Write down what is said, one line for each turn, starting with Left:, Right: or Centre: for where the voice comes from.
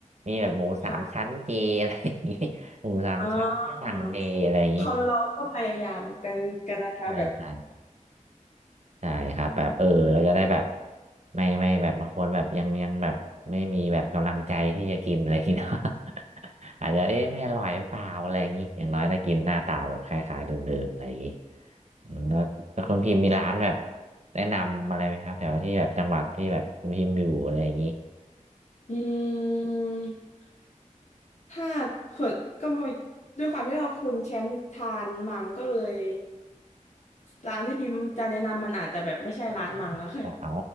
Right: มีแบบหมูสามชั้นเจอะไรอย่างงี้หมูสามชั้นย่างเจอะไรอย่างงี้
Left: ค่ะอ่าคนเราก็พยายามกันกันนะคะแบบ
Right: ใช่ใช่ ใช่ครับแบบเออเราจะได้แบบไม่ไม่แบบบางคนแบบยังยังแบบไม่มีแบบกำลังใจที่จะกินอะไรอย่างงี้ <laughs> เนาะ <laughs> อาจจะเอ๊ะไม่อร่อยหรือเปล่าอะไรอย่างงี้อย่างน้อยถ้ากินหน้าตาแบบคล้ายๆเดิมๆอะไรอย่างงี้อืมแล้วแล้วคนพิมพ์มีร้านแบบแนะนำอะไรไหมครับแถวที่แบบจังหวัดที่แบบคุณพิมพ์อยู่อะไรอย่างงี้
Left: อืม ถ้าส่วนก็มด้วยความที่เราคุณแชมป์ทานมังก็เลยร้านที่พิมพ์จะแนะนำมันอาจจะแบบไม่ใช่ร้านมังอะค่ะ
Right: อ๋ออ๋อ